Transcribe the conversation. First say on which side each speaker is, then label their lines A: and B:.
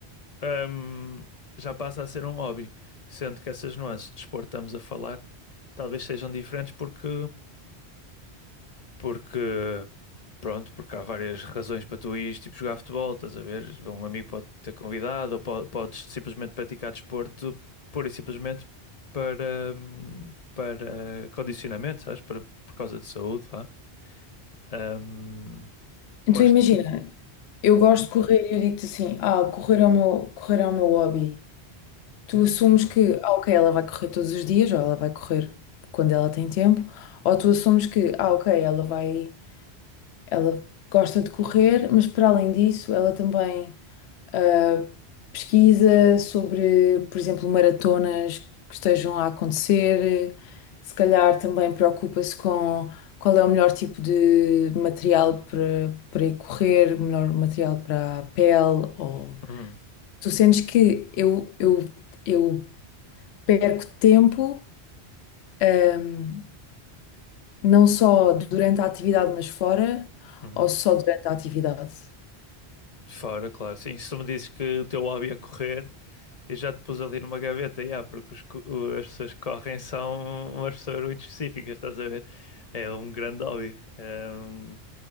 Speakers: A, on the left; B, on the left.
A: ahm, já passa a ser um hobby. Sendo que essas nuances de desporto que estamos a falar talvez sejam diferentes porque, porque Pronto, porque há várias razões para tu ires tipo, jogar futebol, estás a ver? Um amigo pode ter convidado, ou po- podes simplesmente praticar desporto pura e simplesmente para, hum, para condicionamento, sabes? Para, por causa de saúde, vá. Hum, mas
B: Então imagina, eu
A: Uhum.
B: gosto de correr e eu digo-te assim, ah, correr é o meu, correr é o meu hobby. Tu assumes
A: Uhum,
B: que, ah, ok, ela vai correr todos os dias, ou ela vai correr quando ela tem tempo, ou tu assumes que, ah, ok, ela vai, ela gosta de correr, mas para além disso, ela também ah, pesquisa sobre, por exemplo, maratonas que estejam a acontecer, se calhar também preocupa-se com qual é o melhor tipo de material para, para ir correr, o melhor material para a pele, ou
A: uhum,
B: tu sentes que eu, eu eu perco tempo, ahm, não só durante a atividade, mas fora,
A: uhum.
B: ou só durante a atividade.
A: Fora, claro, sim. Se tu me dizes que o teu hobby é correr, eu já te pus ali numa gaveta, yeah, porque os co- o- as pessoas que correm são umas pessoas muito específicas, estás a ver? É um grande hobby. Hum,